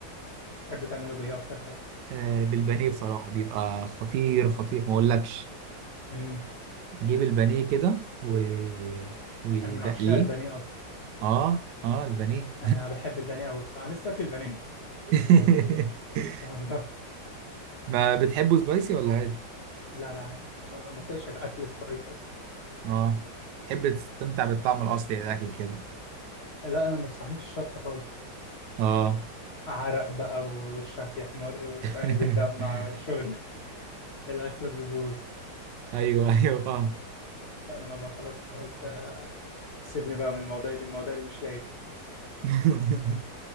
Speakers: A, on the left (about 40°); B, on the right (about 75°).
A: بتحب تعملوا بايه اكتر حاجة
B: آه، بالبانيه بصراحة بيبقى خطير خطير ما أقولكش
A: امم
B: بجيب البانيه كده و... وبقليه
A: انا من عشاق البانيه اصلا
B: اه اه البانيه
A: انا بحب البانيه قوي بصراحة انا لسه اكل بانيه
B: <laughs>
A: <laughs> والله
B: ما بتحبه سبايسي ولا عادي؟
A: لا لا عادي ما ما- ما طقش الاكل سبايس اصلا
B: اه تحب تستمتع
A: مم.
B: بالطعم الأصلي للأكل كده
A: لا انا ما بستحملش الشطة خالص
B: اه
A: عرق بقى ووشك يحمر ويعني
B: <laughs>
A: بتدمع شغل <laughs> الاكل بيبوظ
B: ايوه ايوه فاهم
A: فانا ما بقى خلاص فقلت آه، سيبني بقى من المواضيع دي المواضيع دي مش لاقي
B: <laughs>